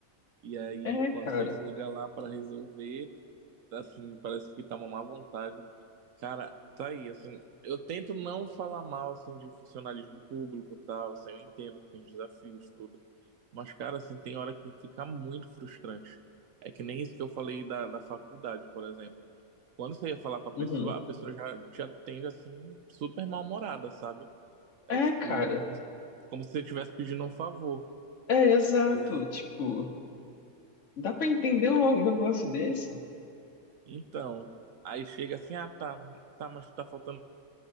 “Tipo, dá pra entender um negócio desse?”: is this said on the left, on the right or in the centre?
Left